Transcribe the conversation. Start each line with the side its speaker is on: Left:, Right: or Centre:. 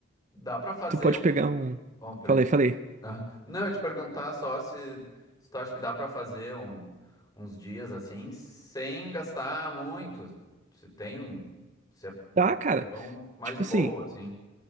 Left: dá pra fazer
Right: tu pode
Left: um...
Right: pegar um.
Left: Oh, peraí,
Right: Falei, falei.
Left: Ah, não, eu ia te perguntar só se, se tu acha que dá pra fazer um- uns dias assim, sem gastar muito. Se tem, um- se é
Right: Tá,
Left: opção
Right: cara.
Left: mais
Right: Tipo
Left: de boa,
Right: assim,
Left: assim.